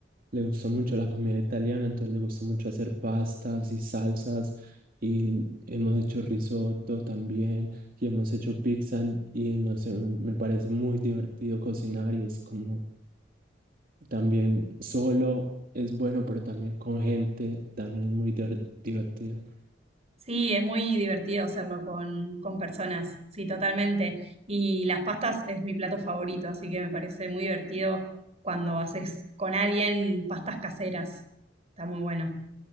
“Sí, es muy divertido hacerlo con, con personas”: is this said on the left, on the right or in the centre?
Right